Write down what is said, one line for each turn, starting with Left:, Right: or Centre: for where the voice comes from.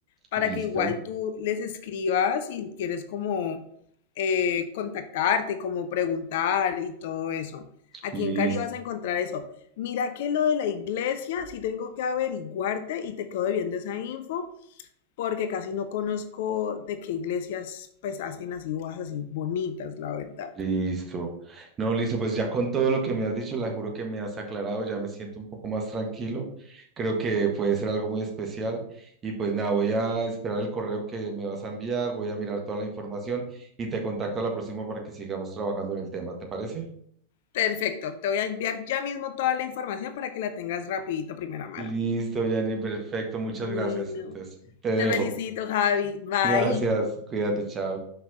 Left: para
Right: Listo,
Left: que igual tú les escribas y quieres como eh, contactarte, como preguntar y todo eso. Aquí
Right: listo.
Left: en Cali vas a encontrar eso. Mira que lo de la iglesia, sí tengo que averiguarte y te quedo debiendo esa info porque casi no conozco de qué iglesias pues hacen así bodas así bonitas, la verdad.
Right: Listo. No, listo, pues ya con todo lo que me has dicho, la juro que me has aclarado, ya me siento un poco más tranquilo. Creo que puede ser algo muy especial. Y pues nada, voy a esperar el correo que me vas a enviar, voy a mirar toda la información y te contacto a la próxima para que sigamos trabajando en el tema, ¿te parece?
Left: Perfecto, te voy a enviar ya mismo toda la información para que la tengas rapidito, primera mano.
Right: Listo, Janine, perfecto, muchas
Left: Bueno,
Right: gracias. Entonces, te dejo.
Left: te felicito, Javi. Bye.
Right: Gracias, cuídate, chao.